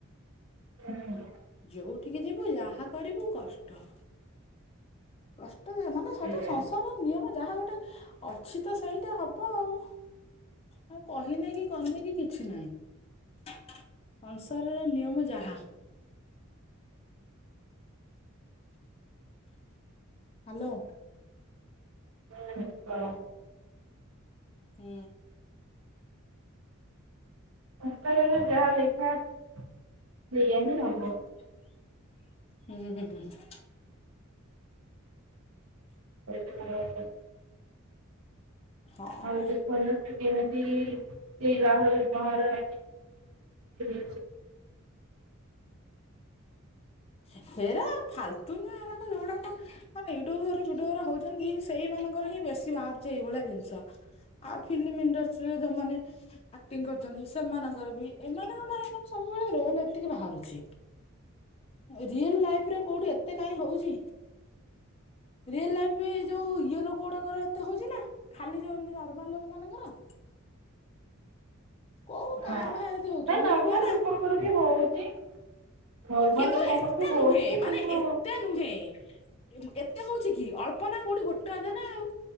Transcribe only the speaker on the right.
ହୁଁ।
ସେଇଆ
ହୁଁ କଅ।
କପାଳରେ ଯାହା ଲେଖା ଅଛି ସେଇଆ ହିଁ ହବ।
<unintelligible>
ଆଉ ଗୋଟେ ପଲ୍ ଖୁସି ବାସୀ କି ବାହା ହୋଊ। <unintelligible> <inaudible>
ନା
ନର୍ମାଲ
ଲୋକଙ୍କର ବି ହଉଛି ନର୍ମାଲ
ଲୋକଙ୍କର
ବି ହଉଛି
କିନ୍ତୁ